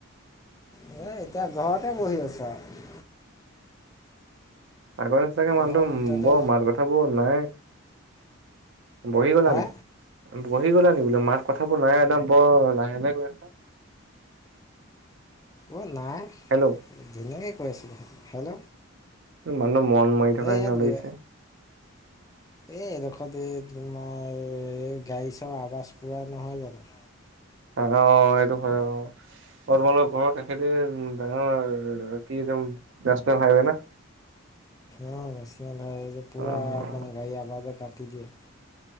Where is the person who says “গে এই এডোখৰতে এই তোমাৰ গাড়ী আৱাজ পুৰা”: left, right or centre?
Left